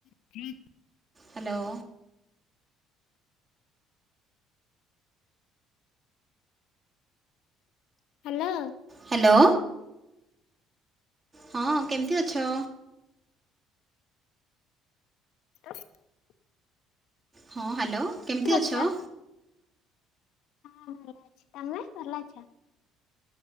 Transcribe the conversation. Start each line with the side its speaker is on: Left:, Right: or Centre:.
Left: <inaudible>
Right: Hello.
Left: Hello.
Right: Hello. ହଁ, କେମିତି ଅଛ?
Left: <inaudible>
Right: ହଁ, ହ୍ୟାଲୋ, କେମିତି
Left: କରୁଛ?
Right: ଅଛ?
Left: ହଁ, ଭଲ ଅଛି। ତମେ ଭଲ ଅଛ?